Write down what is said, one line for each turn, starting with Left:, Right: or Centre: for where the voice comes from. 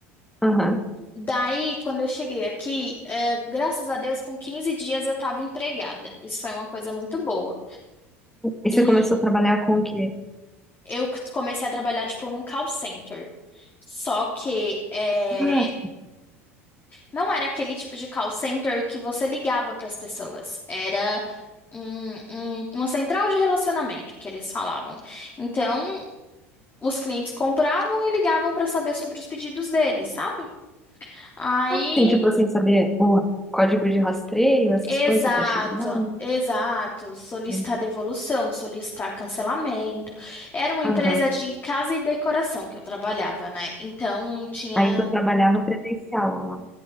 Centre: Aham.
Left: Daí, quando eu cheguei aqui, é, graças a Deus, com 15 dias eu estava empregada. Isso foi uma coisa muito boa.
Centre: E
Left: E
Centre: você começou a trabalhar com o quê?
Left: eu comecei a trabalhar, tipo, num call center. Só que é,
Centre: Ah,
Left: não era aquele tipo de call center que você ligava para as pessoas. Era um- um- uma central de relacionamento que eles falavam. Então, Os clientes compravam e ligavam para saber sobre os pedidos deles, sabe? Aí,
Centre: assim, tipo assim, saber o código de rastreio, essas
Left: exato,
Centre: coisas, tá chegando.
Left: exato, solicitar
Centre: Sim.
Left: devolução, solicitar cancelamento. Era uma
Centre: Aham.
Left: empresa de casa e decoração que eu trabalhava, né? Então tinha,
Centre: Aí tu trabalhava presencial lá.